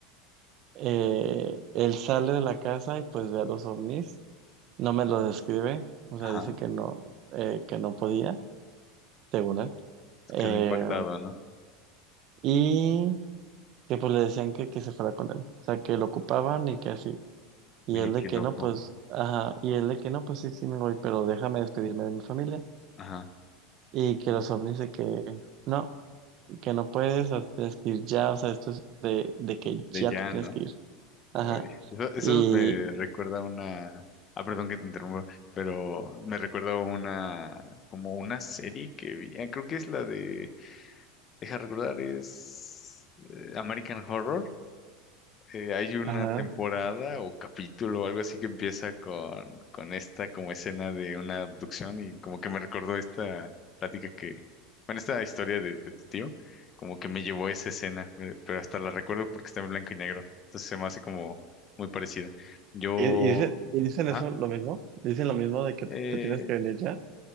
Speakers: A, on the right; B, on the left.
A: Eh, él sale de la casa y pues ve a los ovnis. No me lo describe, o
B: Ajá.
A: sea, dice que no, eh, que no podía, según él.
B: Se
A: Eh,
B: quedó impactado, ¿no?
A: y que pues le decían que, que se fuera con él, o sea, que lo ocupaban y que así. Y
B: Oye,
A: él
B: qué
A: de que
B: loco.
A: no, pues, ajá, y él de que no, pues sí, sí me voy, pero déjame despedirme de mi familia.
B: Ajá.
A: Y que los ovnis de que no, que no puedes, o sea, tienes que ir ya, o sea, esto es de, de que
B: De
A: ya
B: ya,
A: te tienes
B: ¿no?
A: que ir. Ajá.
B: Ay, Eso, eso
A: Y,
B: me recuerda a una. Ah, perdón que te interrumpa, pero me recuerda a una. Como una serie que vi. ah, Creo que es la de. Deja recordar, es. eh, American Horror. eh, hay una
A: ajá.
B: temporada o capítulo o algo así que empieza con, con esta como escena de una abducción y como que me recordó esta plática que, bueno, esta historia de, de tu tío, como que me llevó a esa escena, eh, pero hasta la recuerdo porque está en blanco y negro, entonces se me hace como muy parecida. Yo,
A: Y, y dice- y dicen
B: ajá,
A: eso lo mismo, dicen lo mismo de que
B: eh,
A: te te tienes que venir ya.